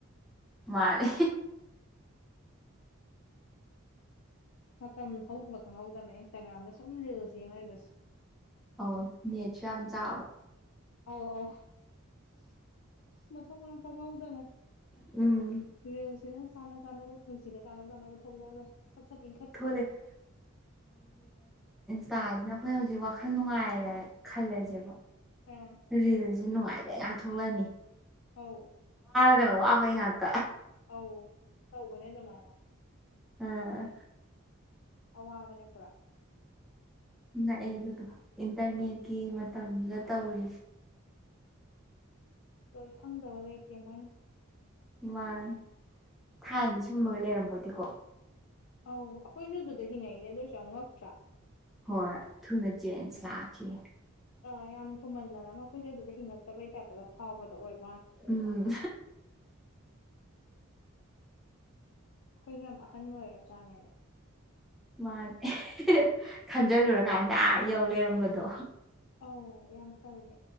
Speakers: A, in the centre; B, on the left.
A: ꯃꯥꯅꯦ
B: ꯃꯇꯝ ꯍꯧꯈꯤꯕ ꯈꯪꯍꯧꯗꯕꯅꯦ ꯏꯟꯁꯇꯥꯒ꯭ꯔꯥꯝꯗ ꯁꯨꯝ ꯔꯤꯜꯁ ꯌꯦꯡ ꯂꯩꯕꯁꯦ
A: ꯑꯣ ꯅꯦꯠꯁꯨ ꯌꯥꯝ ꯆꯥꯕ
B: ꯑꯧ ꯑꯧ ꯃꯊꯣꯡ ꯃꯔꯝ ꯈꯪꯉꯧꯗꯅꯦ
A: ꯎꯝ
B: ꯔꯤꯜꯁꯤꯅ ꯆꯥꯟꯅ ꯆꯥꯅꯕ ꯁꯤꯒ ꯆꯥꯅ ꯆꯥꯅꯕ ꯊꯣꯛꯂꯛꯑꯒ ꯁꯠ ꯁꯠ ꯏꯤꯡꯈꯠꯈ꯭ꯔꯒ
A: ꯊꯣꯛꯂꯛꯑꯦ ꯇꯥꯁꯤꯅ ꯑꯩꯈꯣꯏ ꯍꯧꯖꯤꯛ ꯋꯥꯈꯜ ꯅꯨꯡꯉꯥꯏꯔꯦ ꯈꯜꯂꯁꯦꯕ
B: ꯑꯥ
A: ꯔꯤꯜꯁꯦ ꯅꯨꯡꯉꯥꯏꯕ ꯉꯥꯛ ꯊꯧꯛꯂꯛꯑꯅꯤ
B: ꯑꯧ
A: ꯅꯪꯅ ꯋꯥꯕꯩ ꯉꯥꯛ
B: ꯑꯧ ꯇꯧꯕꯅꯦ ꯑꯗꯨꯃꯥꯏꯅ
A: ꯑꯥ
B: ꯑꯋꯥꯕꯅꯦ ꯄꯨꯔꯥ
A: ꯉꯥꯛꯑꯦ ꯑꯗꯨꯕꯨ ꯏꯟꯇ ꯔꯅꯦꯠꯀꯤ ꯃꯇꯝꯁꯤꯗ ꯇꯧꯔꯤꯁꯦ
B: ꯀꯩꯃ ꯈꯪꯗꯕ ꯂꯩꯇꯦ ꯃꯣꯏꯅ
A: ꯅꯉꯥꯏ ꯊꯥꯏꯅꯗꯤ ꯁꯨꯝꯕꯒ ꯂꯩꯔꯝꯕꯣꯇꯦꯀꯣ
B: ꯑꯧ ꯑꯩꯈꯣꯏꯁꯨ ꯑꯗꯨꯗ ꯍꯤꯡꯉꯛꯏꯅꯦ ꯑꯗꯨ ꯑꯣꯏꯔꯁꯨ ꯌꯥꯝ ꯉꯛꯇ꯭ꯔꯥ
A: ꯍꯣꯏ ꯊꯨꯅ ꯆꯦꯟꯁ ꯂꯥꯛꯈꯤ
B: <inaudible> ꯑꯥ ꯌꯥꯝ ꯊꯨꯃꯟꯗꯅ ꯑꯃ ꯑꯩꯈꯣꯏꯁꯦ ꯑꯗꯨꯗ ꯍꯤꯡꯉꯛꯇꯕꯩ ꯇꯥꯏꯞꯇꯒ ꯐꯥꯎꯕꯗꯣ ꯑꯣꯏꯕꯅꯦ <inaudible>
A: ꯎꯝ
B: ꯑꯩꯈꯣꯏꯁꯦ ꯌꯥꯝ ꯑꯍꯟ ꯑꯣꯏꯔꯕ ꯖꯥꯠꯅꯤꯅꯦ
A: ꯃꯥꯅꯦ ꯈꯟꯖꯜꯂꯨꯔꯀꯥꯟꯗ ꯑꯥ ꯌꯧ ꯂꯩꯔꯝꯕꯗꯣ
B: ꯑꯧ ꯌꯥꯝ ꯇꯜꯂꯦ